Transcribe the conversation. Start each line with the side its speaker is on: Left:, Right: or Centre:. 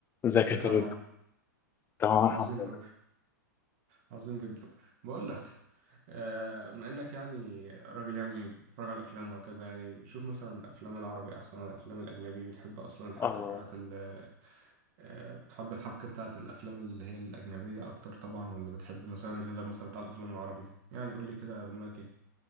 Left: ازيك
Right: ازيك
Left: يا كريم؟
Right: يا عم عمرو
Left: تمام الحمد
Right: عظيم
Left: لله.
Right: أوي عظيم جدا بقول لك آه، بما انك يعني راجل يعني بتتفرج على الافلام وهكذا يعني شوف مثلا الافلام العربي احسن ولا الافلام الاجنبي بتحب اصلا الحبكه
Left: آه
Right: بتاعه ال آه، بتحب الحبكه بتاعه الافلام اللي هي الاجنبيه اكتر طبعا ولا بتحب مثلا الهزار مثلا بتاع الافلام العربي يعني قول لي كده دماغك ايه